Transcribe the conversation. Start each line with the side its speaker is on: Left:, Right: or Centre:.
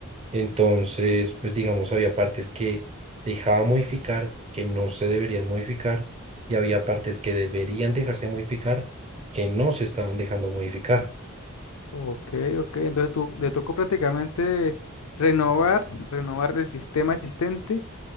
Right: Entonces, pues digamos, había partes que dejaba modificar, que no se deberían modificar, y había partes que deberían dejarse modificar, que no se estaban dejando modificar.
Left: Ok, ok, entonces tú, le tocó prácticamente renovar, renovar el sistema existente